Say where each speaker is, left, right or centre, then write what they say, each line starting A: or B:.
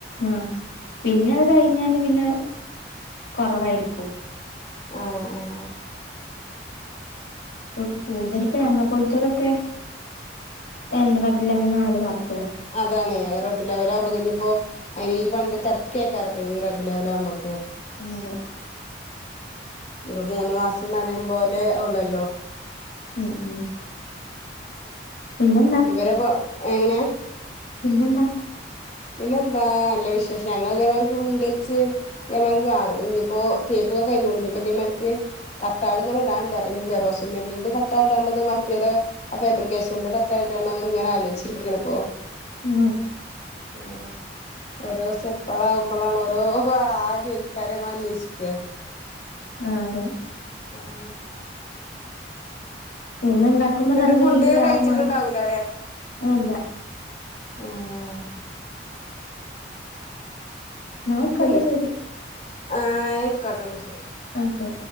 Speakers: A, on the left; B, on the left.
A: ആഹ് പിന്നെത് കഴിഞ്ഞാല് പിന്നെ കൊറവായിരിക്കോ
B: ആഹ് ആഹ്
A: ഇപ്പ കൂടുതൽ ഇപ്പ നമ്മളെ പോലത്തരൊക്കെ എബി ലെവലിനാണല്ലോ വർക്കുക
B: അതാണ് <unintelligible> വലുമ്പകിഞ്ഞിപ്പോ അതിന് ഈ പണിന്റെ തിരക്കക്കാറ പെ ന ബിലലാവകുമ്പൊക്ക്
A: ആഹ് അതെ
B: ഇപ്പൊ മൂന്ന് മാസയെന്ന് പറയും പോലെ ഉള്ളല്ലോ.
A: ഉം ഉം പിന്നെന്താ
B: ഇവരെപ്പോ എങ്ങനെ.
A: പിന്നെന്താ
B: പിന്നെ എന്താ നല്ല വിശേഷം, ഞങ്ങൾ ഇതേമാതിരി വീട് വെച്ച്. ഇതേമാതിരി ആഹ് ഇനിയിപ്പോ തേപ്പ് ഒക്കെ കഴിഞ്ഞു തുടങ്ങി, ഇപ്പോ ഇതേമാതിരിക്ക്. തട്ടാള് ഇങ്ങനെ ഇടാനുണ്ട്, അപ്പൊ ഇനി ഫെറോസിമെന്റന്റെ തട്ടാൾ ഇടേണ്ടത് മറ്റേത്. ആഹ് ഫിബ്രെക്കേഷന്റെ തട്ട് ഇടണം ഇങ്ങനെ ആലോചിച്ചിരിക്കുകയാണ് ഇപ്പോൾ.
A: ഉം
B: ഉം ഓരോ സ്റ്റെപ്പുകൾ ആവുമ്പോഴാണ് ഓരോ ആഹ് ജോലിക്കാരെ അന്വേഷിക്കുക.
A: ആഹ് അതെ.
B: അങ്ങനെ
A: പിന്നെ ഇണ്ടാക്കുമ്പോ
B: എന്നിട്ട്
A: നല്ല
B: ഫുഡ്
A: രീതിയിൽ ആവും
B: കഴിച്ചിട്ടുണ്ടാവൂല
A: മണം, വേണ്ട.
B: ഉം
A: എന്നാ ആയിക്കോട്ടെ
B: പിന്നെ
A: ശരി
B: ആഹ് ആയിക്കോട്ടെ എന്നാ ശരി
A: അതെ.